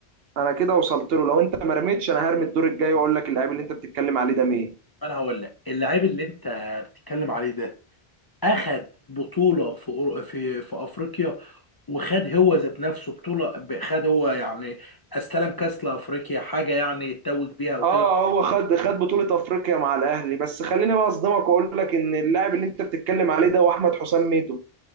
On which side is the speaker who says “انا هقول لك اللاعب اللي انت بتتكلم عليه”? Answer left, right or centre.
Left